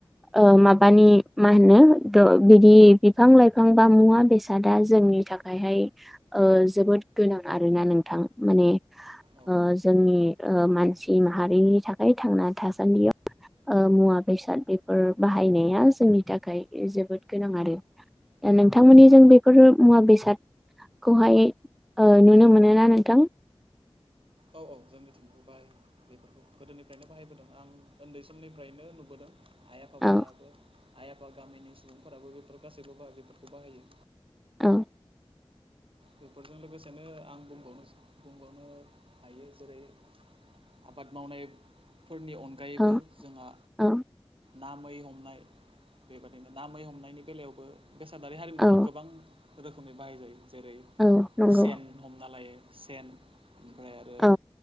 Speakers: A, in the centre; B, on the right (about 65°).
A: ओ माबानि मा होनो द बिदि बिफां लाइफां बा मुवा बेसादा जोंनि थाखायहाय ओ ओ जोबोद गोनां आरोना नोंथां माने
B: औ
A: ओ जोंनि ओ मानसि माहारिनि थाखाय थांना थासान्दियाव ओ मुवा बेसाद बेफोर बाहायनाया जोंनि थाखाय जोबोद गोनां आरो दा नोंथांमोननिजों
B: औ
A: बेफोर मुवा बेस साद खौहाय ओ नुनो मोनोना नोंथां?
B: औ औ जोंनि थिंबो बाहायो बेफोरखौ गोदोनिफ्रायनो बाहायबोदों आं ओन्दै समनिफ्रायनो नुबोदों आइ आफा
A: औ
B: मोनाबो आइ आफा गामिनि सुबुंफोराबो बेफोर गासैबो बा बेफोरखौ बाहायो
A: औ
B: बेफोरजों लोगोसेनो आं बुंबावनो बुंबावनो हायो जेरै - आबाद मावनायफोरनि अनगायैबो
A: औ
B: जोंहा
A: औ
B: ना मै हमनाय बेबादिनो ना मै हमनायनि बेलायावबो बेसादारि हारिमुवानो
A: औ
B: गोबां रोखोमनि बाहाय जायो जेरै-
A: औ नंगौ
B: सेन हमना लायो सेन ओमफ्राय आरो
A: औ